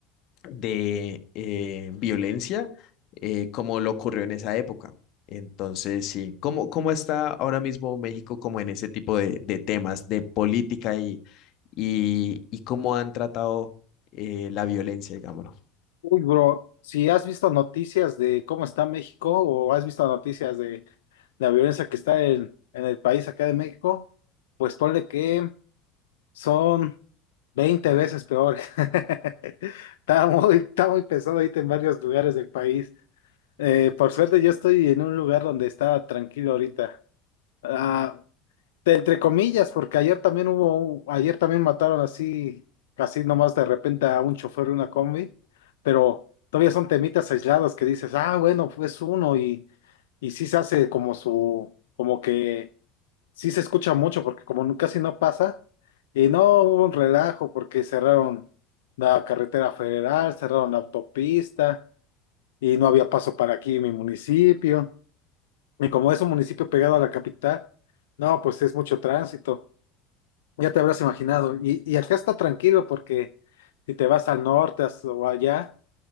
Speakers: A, on the left; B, on the left.
A: de eh, violencia eh, como lo ocurrió en esa época. Entonces, sí, ¿cómo, cómo está ahora mismo México como en ese tipo de, de temas de política y, y, y cómo han tratado eh, la violencia, digámoslo?
B: Uy, bro, si has visto noticias de cómo está México o has visto noticias de la violencia que está en, en el país acá de México, pues ponle que son 20 veces peor. <laughs> Está muy, está muy pesado ahorita en varios lugares del país. Eh, por suerte yo estoy en un lugar donde está tranquilo ahorita. Ah, de- entre comillas, porque ayer también hubo, un- ayer también mataron así, casi nomás de repente a un chofer de una combi, pero todavía son temitas aislados que dices, ah, bueno, pues uno y, y sí se hace como su, como que sí se escucha mucho porque como no- casi no pasa, y no hubo un relajo porque cerraron la carretera federal, cerraron la autopista y no había paso para aquí en mi municipio, y como es un municipio pegado a la capital, no, pues es mucho tránsito. Ya te habrás imaginado. Y, y acá está tranquilo porque si te vas al norte as- o allá,